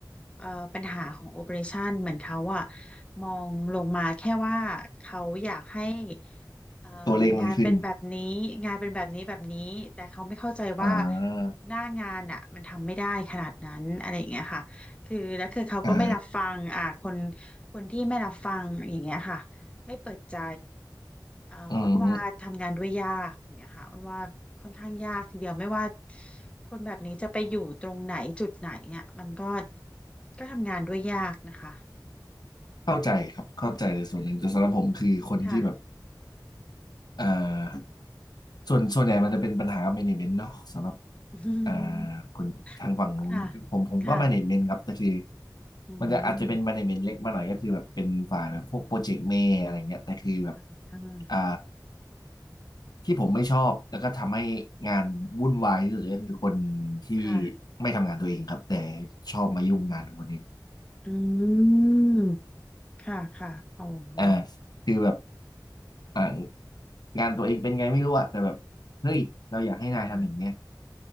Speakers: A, on the left; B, on the left.
A: เอ่อปัญหาของ operation เหมือนเขาอะมองลงมาแค่ว่าเขาอยากให้เอ่อ
B: ตัวเลขมันขึ้น
A: งานเป็นแบบนี้งานเป็นแบบนี้แบบนี้แต่เขาไม่เข้าใจว่า
B: อ่า
A: หน้างานอะมันทำไม่ได้ขนาดนั้นอะไรอย่างเงี้ยค่ะ คือแล้วคือเขาก็ไม่รับฟังอ่าคน
B: อ่า
A: คนที่ไม่รับฟังอย่างเงี้ยค่ะไม่เปิดใจอ่าอ้นว่าทำงานด้วยยากอย่างเงี้ยค่ะอ้นว่าค่อนข้างยากทีเดียวไม่ว่า
B: อืม
A: คนแบบนี้จะไปอยู่ตรงไหนจุดไหนเนี่ยมันก็ก็ทำงานด้วยยากนะคะ
B: เข้าใจครับเข้าใจในส่วนหนึ่งแต่สำหรับผมคือคนที่แบบ
A: ค่ะ
B: อ่าส่วนส่วนใหญ่มันจะเป็นปัญหา management เนาะสำหรับ
A: <laughs> อืม
B: อ่าคนทางฝั่งนู้นผมผมก็
A: ค่ะค่ะ
B: management ครับแต่คือ
A: อืม
B: มันจะอาจจะเป็น management เล็กมาหน่อยก็คือแบบเป็นฝ่ายแบบพวกโปรเจกต์เมย์อะไรเงี้ยแต่คือแบบ
A: อ่า
B: อ่าที่ผมไม่ชอบแล้วก็ทำให้งานวุ่นวายที่สุดก็คือคนที่
A: ค่ะ
B: ไม่ทำงานตัวเองครับแต่ชอบมายุ่งงานคนอื่น
A: อืมอืมค่ะค่ะโอ้โห
B: อ่าคือแบบ อ่างานตัวเองเป็นไงไม่รู้อะแต่แบบเฮ้ยเราอยากให้นายทำอย่างเงี้ย
A: ค่ะ